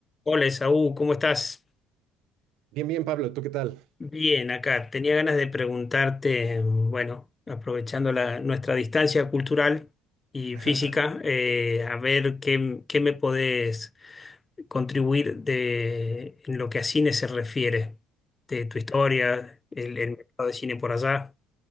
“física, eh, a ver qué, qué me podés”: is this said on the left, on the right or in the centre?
Left